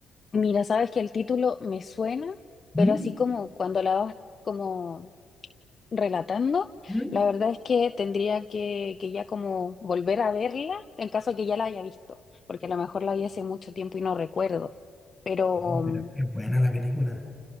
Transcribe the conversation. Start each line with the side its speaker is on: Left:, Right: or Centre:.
Left: Mira, sabes que el título me suena,
Centre: ¿Mm?
Left: pero así como cuando la vas como relatando,
Centre: ¿Mm?
Left: la verdad es que tendría que, que ya como volver a verla en caso de que ya la haya visto, porque a lo mejor la vi hace mucho tiempo y no recuerdo. Pero
Centre: Sí, pero
Left: mm,
Centre: Es buena la película.